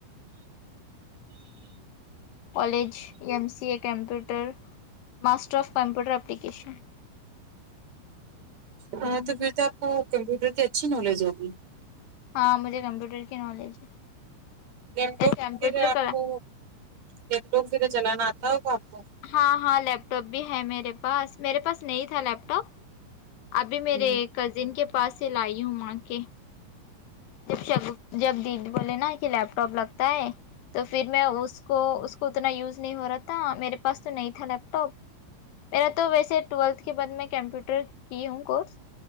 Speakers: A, on the left (about 70°); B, on the right (about 40°).
A: college M C a computer master of computer application
B: ہاں تو پھر تو آپ کو کمپیوٹر کی اچھی نالج ہوگی
A: ہاں مجھے کمپیوٹر کی نالج ہے
B: لیپ ٹاپ
A: کمپیوٹر
B: پھر آپ
A: کا
B: کو لیپ ٹاپ پھر چلانا آتا ہوگا آپ کو
A: ہاں ہاں لیپ ٹاپ بھی ہے میرے پاس میرے پاس نہیں تھا لیپ ٹاپ ابھی میرے
B: ہوں
A: کزن کے پاس سے لائی ہوں وہاں کے جب شا دی دی بولے نا کہ لیپ ٹاپ لگتا ہے تو پھر میں اس کو اس کو اتنا یوز نہیں ہو رہا تھا میرے پاس تو نہیں تھا لیپ ٹاپ میرا تو ویسے ٹویلتھ کے بعد میں کمپیوٹر کی ہوں کورس